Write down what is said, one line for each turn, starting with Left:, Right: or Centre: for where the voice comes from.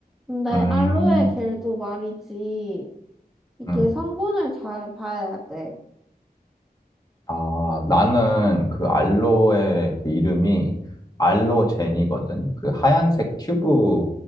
Centre: 근데
Left: 음,
Centre: 알로에 겔도 말이지, 이게
Left: 응.
Centre: 성분을 잘 봐야 돼.
Left: 아, 나는 그 알로에 그 이름이 알로제니거든? 그 하얀색 튜브